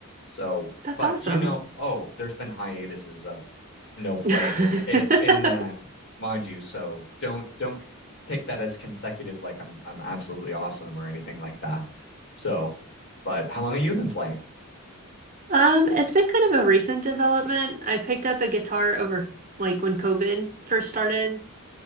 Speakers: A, on the left; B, on the right.
A: So,
B: That's
A: but
B: awesome.
A: you know, oh, there's been hiatuses of no play
B: <laughs>
A: in in, in that, mind you. So don't don't take that as consecutive, like I'm I'm absolutely awesome or anything like that. So, but how long have you been playing?
B: Um, it's been kind of a recent development. I picked up a guitar over like when COVID first started,